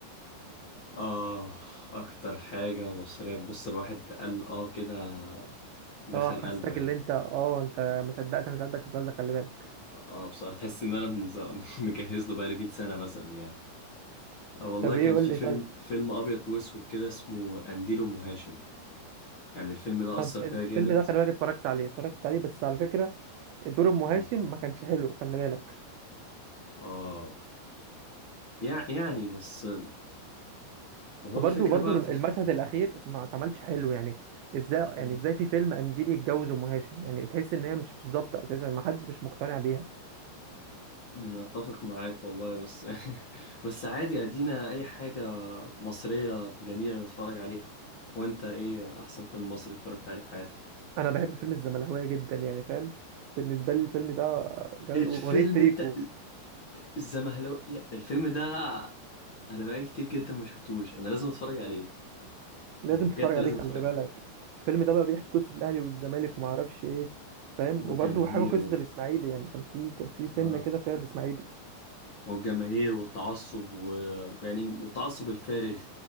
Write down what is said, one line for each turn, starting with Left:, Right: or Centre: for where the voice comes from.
Left: آه أكتر حاجة مصرية بص الواحد قال آه كده دخل
Right: اه حسيتك
Left: قلبه يعني
Right: اللي انت اه انت ما صدقت انا سالتك السؤال ده خلي بالك
Left: آه بصراحة تحس إن أنا مز- <laughs> مجهز له بقالي 100 سنة مثلا يعني آه والله
Right: طب
Left: كان
Right: ايه قول
Left: في
Right: لي
Left: فيلم
Right: طيب
Left: فيلم أبيض وأسود كده اسمه قنديل أم هاشم يعني الفيلم ده أثر
Right: طب الفيلم
Left: فيا جامد
Right: ده خلي بالك اتفرجت عليه اتفرجت عليه بس على فكره دور ام
Left: آه
Right: هاشم ما كانش حلو خلي بالك
Left: آه يع- يعني بس ما هو
Right: وبرده
Left: الفكرة
Right: برده
Left: بقى
Right: المشهد
Left: في الف...
Right: الاخير ما اتعملش حلو يعني ازاي يعني
Left: مم.
Right: ازاي في فيلم قنديل يتجوز ام هاشم يعني تحس ان هي مش مش ضابطه اساسا ما حدش مش مقتنع بيها
Left: يعني أتفق معاك والله بس <laughs> بس عادي أدينا أي حاجة مصرية جميلة نتفرج عليها وأنت إيه أحسن فيلم مصري اتفرجت عليه في حياتك؟
Right: انا بحب فيلم الزمهلاويه جدا يعني فاهم بالنسبه لي الفيلم ده جميل
Left: الفيلم
Right: واغنيه تريكو
Left: بتاع الزمهلاوية الفيلم ده أنا بقالي كتير جدا ما شفتوش أنا لازم أتفرج عليه
Right: لازم
Left: أنا بجد
Right: تتفرج عليه
Left: لازم
Right: خلي
Left: أتفرج
Right: بالك
Left: عليه
Right: الفيلم ده بقى بيحكي قصه الاهلي والزمالك وما اعرفش ايه فاهم
Left: والجماهير
Right: وبرده حاجه قصه
Left: وال
Right: الاسماعيلي يعني كان في كان في سنه
Left: آه.
Right: كده فيها الاسماعيلي
Left: والجماهير والتعصب و- ويعني والتعصب الفارغ